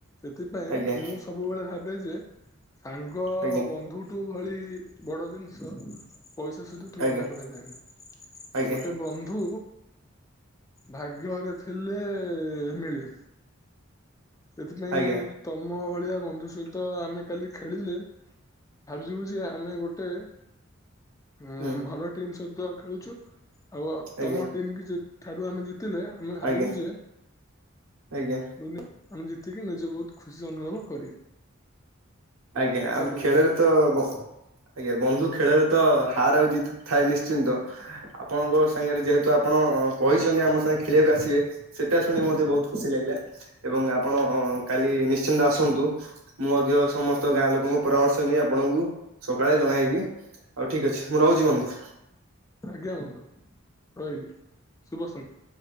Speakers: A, on the left; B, on the right.
A: ସେଥିପାଇଁ
B: ଆଜ୍ଞା
A: ମୁଁ ସବୁବେଳେ ଭାବେ ଯେ ସାଙ୍ଗ
B: ଆଜ୍ଞା
A: ବନ୍ଧୁଠୁ ଭଳି ବଡ ଜିନିଷ ପଇସା ସହିତ ତୁଳନା
B: ଆଜ୍ଞା।
A: କରାଯାଏନାହିଁ,
B: ଆଜ୍ଞା
A: ଗୋଟେ ବନ୍ଧୁ ଭାଗ୍ୟରେ ଥିଲେ ମିିଳେ। ସେଥିପାଇଁ
B: ଆଜ୍ଞା ଆଜ୍ଞା
A: ତମ ଭଳିଆ ବନ୍ଧୁ ସହିତ ଆମେ କାଲି ଖେଳିଲେ ଭାବିଯିବୁ ଯେ ଆମେ ଗୋଟେ ଉ
B: ହୁଁ
A: ଭଲ ଟିମ୍ ସହିତ ଖେଳୁଛୁ ଆଉ
B: ଆଜ୍ଞା
A: ତମ ଟିମ୍ କି ଠାରୁ ଆମେ ଜିତିଲେ ଆମେ
B: ଆଜ୍ଞା
A: ଭାବିବୁ ଯେ
B: ଆଜ୍ଞା।
A: ଆମେ ଜିତିକି ନିଜେ ବହୁତ ଖୁସି ଅନୁଭବ କରିବୁ।
B: ଆଜ୍ଞା, ଆମ
A: କରୁଛି
B: ଖେଳରେ ତ ବ ଆଜ୍ଞା, ବନ୍ଧୁ ଖେଳରେ ତ ହାର୍ ଆଉ ଜିଦି ଥାଏ ନିଶ୍ଚିନ୍ତ। ଆପଣଙ୍କ ସାଙ୍ଗରେ ଯେହେତୁ ଆପଣ କହିଛନ୍ତି ଆମ ସାଙ୍ଗେ ଖେଳିବାକୁ ଆସିବେ ସେଟା ଶୁଣିି ମତେ ବହୁତ ଖୁସି ଲାଗିଲା। ଏବଂ ଆପଣ କାଲି ନିଶ୍ଚିନ୍ତ ଆସନ୍ତୁ। ମୁଁ ମଧ୍ୟ ସମସ୍ତ ତ ଗାଁ ଲୋକଙ୍କ ପରାମର୍ଶ ନେଇ ଆପଣଙ୍କୁ ସକାଳେ ଜଣାଇବି। ଆଉ ଠିକ୍ ଅଛି ମୁଁ ରହୁଛି ବନ୍ଧୁ।
A: ଆଜ୍ଞା ବନ୍ଧୁ ରହିଲି ଶୁଭ ସନ୍ଧ୍ୟା।